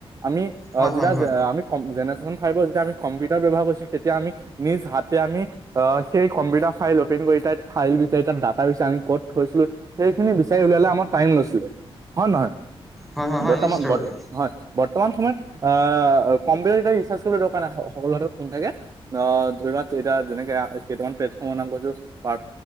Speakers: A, on the right; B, in the centre.
A: আমি অ,
B: হয়
A: যেতিয়া
B: হয়
A: <unintelligible>
B: হয়
A: আমি কম যেনে <unintelligible> ফাইভত যেতিয়া আমি কম্পিউটাৰ ব্যৱহাৰ কৰিছো তেতিয়া আমি নিজ হাতে আমি অ, সেই কম্পিউটাৰ ফাইল অপেন কৰি তাত ফাইল বিচাৰি তাত ডাটা বিচাৰি আমি ক'ত থৈছিলো সেইখিনি বিচাৰি উলালে আমাৰ টাইম নাছিলে হয় নে নহয়
B: হয় হয় হয়
A: বৰ্তমান
B: নিশ্চিত
A: বত
B: ৰূপে
A: হয় বত বৰ্তমান সময়ত আহ কম্পিউটাৰ এতিয়া ৰিচাৰ্জ কৰিব দৰকাৰ নাই সকলো হাতত ফোন থাকে অ, ধৰি লোৱা এতিয়া যেনেকে আ কেইটামান প্লেটফৰ্মৰ নাম কৈছো <unintelligible>